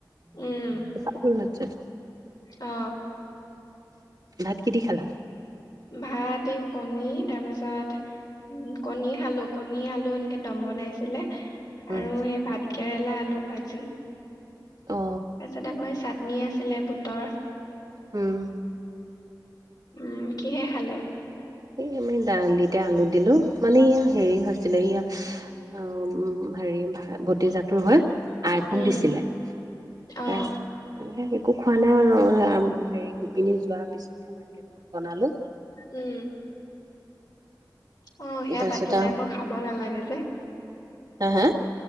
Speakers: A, on the left; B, on the right.
A: উম
B: ভাল <unintelligible>
A: অ
B: ভাত কি দি খালা
A: ভাত কণী তাৰপাছত উ কণী খালো কণী আলু এনেকে দম বনাইছিলে
B: ওম
A: আৰু সেই ভাত কেৰেলা আলু ভাজি
B: অ
A: তাৰপিছত আকৌ চাটনি আছিলে বুটৰ
B: উম
A: উম কিহে খালে
B: এই আমি দালিতে আলু দিলো মানে ইয়া হেৰি হৈছিলে ইয়া অম হেৰি ভতিজাটোৰ হৈ আই ভোক
A: উম
B: দিছিলে তা
A: অ
B: এইবিলাক একো খোৱা নাই আৰু হেৰি গোপিনী যোৱাৰ পিছতহে ভাত কেইটামান বনালো
A: উম অ সেয়া
B: তাৰপিছত
A: পাতিলে আকৌ খাব নালাগে যে
B: হে হে